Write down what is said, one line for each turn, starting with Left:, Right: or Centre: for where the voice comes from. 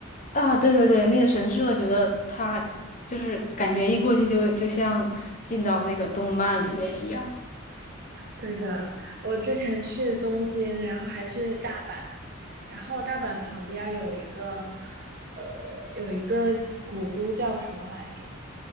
Left: 啊，对对对，那个神社，觉得它就是感觉一过去就就像进到那个动漫里边一样。
Right: 对的，我之前去东京，然后还去大阪，然后大阪旁边儿有一个，呃，有一个古都叫什么来着？